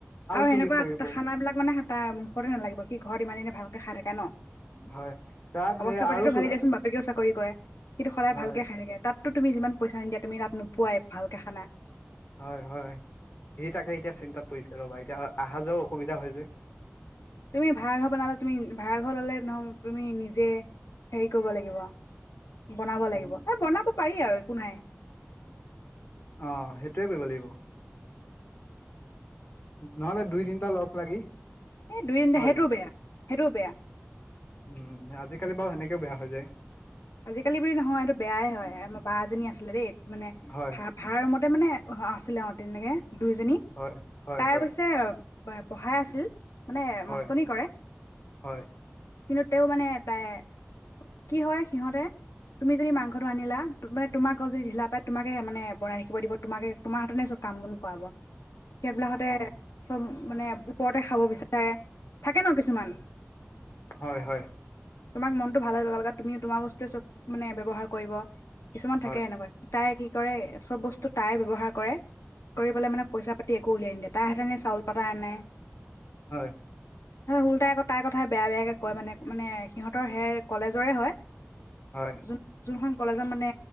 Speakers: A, on the left; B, on the left.
A: আৰু
B: চুলি
A: সেনেকুৱা
B: সৰিব
A: খানাবিলাক মানে তাৰ মুখতে নেলাগিব সি ঘৰত ইমান দিনে ভালকে খাই থকা ন
B: হয় তাত
A: অৱস্থা পাতিটো
B: আৰু
A: ভালেই
B: চুল
A: দিয়াচোন বাপেকেও চাকৰি কৰে কিন্তু সদায়
B: হয়
A: ভালকে খাই থাকে তাত তুমি যিমান পইচা নিদিয়া। তুমি তাত নোপোৱাই ভালকে খানা।
B: হয় হয় সি তাকে এতিয়া চিন্তাত পৰিছে ৰ'বা এতিয়া অহা যোৱাও অসুবিধা হয় যে।
A: তুমি ভাড়া ঘৰ বনালে তুমি ভাড়া ঘৰ ললে নহয় তুমি নিজে হেৰি কৰিব লাগিব। বনাব লাগিব
B: উম
A: এই বনাব পাৰি আৰু একো নাই।
B: অ সেইটোৱে কৰিব লাগিব। নহলে দুই তিনিটা লগ লাগি
A: এই দুই তিনিটা
B: হয়
A: সেইটো বেয়া সেইটোও বেয়া
B: উম আজিকালি বাৰু সেনেকে। বেয়া হৈ যায়।
A: আজিকালি বুলি নহয় এইটো বেয়াই হয়
B: উম
A: আমাৰ বা এজনী আছিলে দেই মানে
B: হয়
A: ভাড়া ৰুমতে মানে। অ আছিলে অঁ তেনেকৈ দুইজনী
B: হয় হয়
A: তাই
B: হয়
A: অৱশ্যে পঢ়াই আছিল। মানে
B: হয়
A: মাষ্টনি কৰে
B: হয়
A: কিন্তু তেওঁ মানে তাই কি হয়। সিহঁতে তুমি যদি মাংসটো আনিলা, মানে তোমাক আ যদি ঢিলা পাই তোমাকে মানে বনাই থাকিব দিব তোমাকে তোমাৰ হতে চব কাম বন কৰাৱাব। সেইবিলাকতে
B: অ
A: চব মানে ওপৰতে খাব বিচাৰে থাকে ন কিছুমান।
B: হয় হয়।
A: তোমাক মনটো ভালে লগা তুমি তোমাৰ বস্তুে চব মানে ব্যৱহাৰ কৰিব কিছুমান থাকে
B: হয়
A: এনেকুৱা তাইে কি, কি কৰে, চব বস্তু তাই ব্যৱহাৰ কৰে কৰি পেলাই মানে পইচা পাতি একো উলিয়াই নিদিয়ে তাই হতেনে চাউল পাতা আনে
B: হয়।
A: উলটাই আক তাই কথা বেয়া বেয়াকে কয় মানে মানে সিহঁতৰ সে কলেজৰে হয়।
B: হয়।
A: যোন যোনখন কলেজত মানে